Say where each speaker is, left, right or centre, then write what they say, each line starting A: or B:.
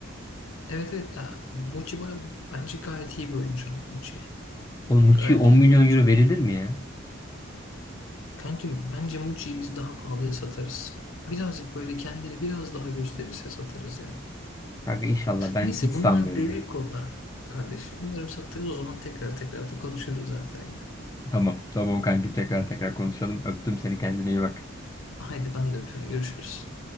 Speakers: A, on the left (about 75°); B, on the left (about 15°).
A: Evet evet. Ha, Muçi bana- bence gayet iyi bir oyuncu abi Muçi.
B: Oğlum Muçi'ye
A: Gayet
B: 10
A: iyi
B: milyon
A: bir oyuncu.
B: euro verilir mi ya?
A: Kankim bence Mucci'yi biz daha pahalıya satarız. Birazcık böyle kendini biraz daha gösterirse satarız ya.
B: Kanka inşallah ben
A: Neyse
B: hiç sanmıyorum
A: bunlar derin
B: yani.
A: konular kardeşim. Umarım satarız o zaman tekrar tekrar da konuşuruz zaten yine.
B: Tamam tamam kankim tekrar tekrar konuşalım. Öptüm seni kendine iyi bak.
A: Haydi ben de öpüyorum. Görüşürüz.